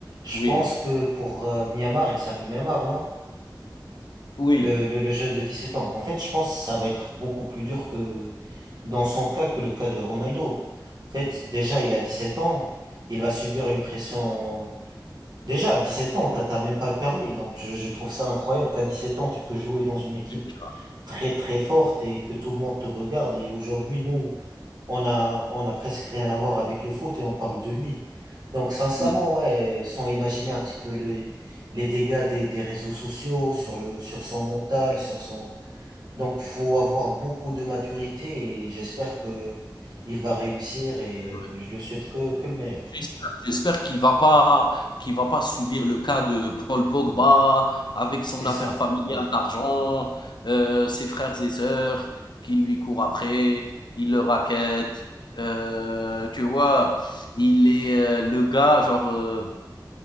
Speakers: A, on the right; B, on the left.
A: je
B: oui,
A: pense que pour euh, Myanmar, il s'appelle Myanmar, non?
B: oui.
A: Le, le, le jeune de 17 ans. En fait, je pense que ça va être beaucoup plus dur que dans son cas que le cas de Ronaldo. En fait, déjà, il a 17 ans, il va subir une pression. Déjà, à 17 ans, t'as t'as même pas le permis. Donc, je, je trouve ça incroyable qu'à 17 ans, tu peux jouer dans une équipe
B: Déjà,
A: très, très forte et que tout le monde te regarde. Et aujourd'hui, nous, on a, on a presque rien à voir avec le foot et on parle de lui. Donc, sincèrement,
B: mmh,
A: ouais, ils sont imaginés un petit peu les, les dégâts des, des réseaux sociaux sur le, sur son mental, sur son... Donc, faut avoir beaucoup de maturité et j'espère que il va réussir et
B: c'est vrai.
A: je le souhaite que, que le meilleur.
B: J'espère j'espère qu'il va pas qu'il va pas subir le cas de Paul Pogba avec son
A: C'est ça,
B: affaire familiale
A: ouais,
B: d'argent, heu, ses frères et sœurs qui lui courent après, il le rackettent, heu, tu vois? Il est, heu, le gars genre, heu